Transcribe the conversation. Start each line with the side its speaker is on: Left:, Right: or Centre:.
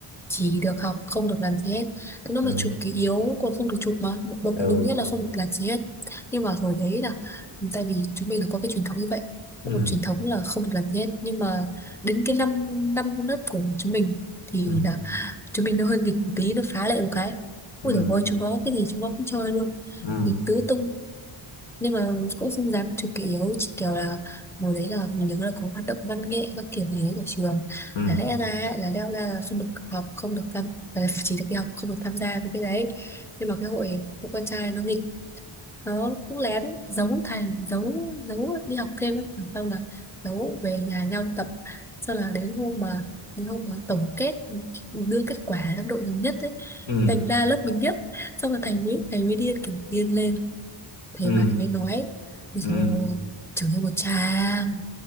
Centre: chỉ được học không được làm gì hết nó
Left: ừ,
Centre: mà chụp ký yếu còn không được chụp mà một bậc
Left: ừ,
Centre: đúng nghĩa là không được làm gì hết nhưng mà hồi đấy là tại vì chúng mình là có cái truyền thống như vậy
Left: ừ,
Centre: có một truyền thống là không được làm gì hết nhưng mà đến cái năm năm lớp của chúng mình thì
Left: ừ,
Centre: là chúng mình nó hơi nghịch một tí nó phá lệ một cái ui
Left: ừ,
Centre: dồi ôi chúng nó cái gì chúng nó cũng chơi luôn
Left: ừ,
Centre: nghịch tứ tung nhưng mà cũng không dám chụp kỷ yếu chỉ kiểu là mùa đấy là mình nhớ là có hoạt động văn nghệ các kiểu gì đấy của trường
Left: ừ, ừ,
Centre: là lẽ ra ấy, là leo ra là không được học không được tham là chỉ được đi học không được tham gia với cái đấy nhưng mà cái hội hội con trai nó nghịch nó cũng lén giấu thầy giấu giấu đi học thêm ấy. xong là giấu về nhà nhau tập sau là đến hôm mà đến hôm mà tổng kết đưa kết quả trong đội nhóm nhất ấy
Left: ừ, ừ,
Centre: thành ra lớp mình nhất xong là thầy mới thầy mới điên kiểu điên lên thế
Left: ừ,
Centre: mà thầy mới nói rồi
Left: ừ,
Centre: trưởng thành một tràng